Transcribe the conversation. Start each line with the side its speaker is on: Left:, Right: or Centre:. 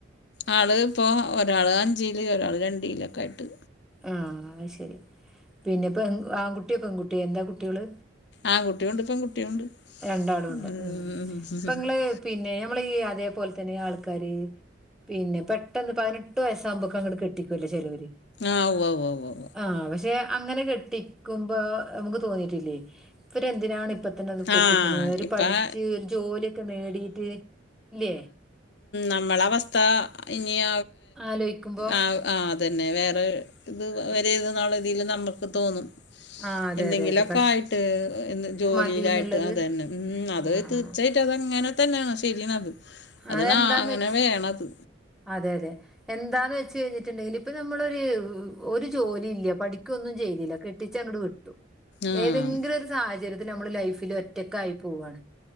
Left: ആൾ ഇപ്പോ, ഒരാൾ അഞ്ച്ല്, ഒരാൾ രണ്ട്ല് ഒക്കെ ആയിട്ട്.
Centre: ആഹ്, അയ്ശെരി. പിന്നെ പെ- ആൺകുട്ടിയോ? പെൺകുട്ടിയോ? എന്താ കുട്ടികള്?
Left: ആകുട്ടിയുണ്ട്, പെൺകുട്ടിയുണ്ട്.
Centre: രണ്ടാളും
Left: <unintelligible>
Centre: ഉണ്ട് ഉം ഇപ്പൊ നിങ്ങള് പിന്നെ, നമ്മള് ഈ അതേപോലെതന്നെ ആൾക്കാര് പിന്നെ, പെട്ടെന്ന് പതിനെട്ട് വയസകുമ്പോക്ക് അങ്ങട് കെട്ടിക്കൊല്ലോ ചേലോര്
Left: ആഹ്, ഉവ്വ്, ഉവ്വ്, ഉവ്വ്.
Centre: ആഹ്. പക്ഷെ, അങ്ങനെ കെട്ടിക്കുമ്പോ നമുക്ക് തോന്നിട്ടില്ലേ? ഇവര് എന്തിനാണ് ഇപ്പതന്നെക്കെ കെട്ടിക്ക്ണ്?
Left: ആ
Centre: ഓര്
Left: ഇപ്പം
Centre: പഠിച്ച് ജോലിയൊക്കെ നേടിട്ട്, ഇല്ലേ?
Left: നമ്മള അവസ്ഥ, ഇനിയ
Centre: ആലോചിക്കുമ്പോ
Left: ആഹ്, അതെന്നെ. വേറെ ഇത്,
Centre: ഉം,
Left: <unintelligible> തില് നമുക്ക് തോന്നും.
Centre: ആ അതെ
Left: എന്തെങ്കിലൊക്കെ
Centre: അതെ അതെ പക്ഷെ
Left: ആയിട്ട്, ജോലിയിലായിട്ട്,
Centre: മതിന്നുള്ളത്
Left: അതെന്നെ. ഉം, അത്
Centre: ആഹ്
Left: വഴി
Centre: ആഹ്
Left: തീർച്ചയായും <unintelligible> അതങ്ങനെ തന്നേണ് ചെയ്യണത്. അത്
Centre: അതെന്താന്ന്
Left: നാ., അങ്ങനെ
Centre: വെച്ച്
Left: വേണത്.
Centre: അതെ, അതെ. എന്താന്ന് വെച്ച് കഴിഞ്ഞിട്ട്ണ്ടെങ്കിൽ ഇപ്പൊ നമ്മളൊരു, ഒരു ജോലി ഇല്ല, പഠിക്കൊന്നും ചെയ്തില്ല. കെട്ടിച്ച് അങ്ങട് വിട്ടു.
Left: ആ
Centre: ഏതെങ്കിലും ഒരു സാഹചര്യത്തിൽ നമ്മള് ലൈഫില് ഒറ്റക്കായി പോവാണ്.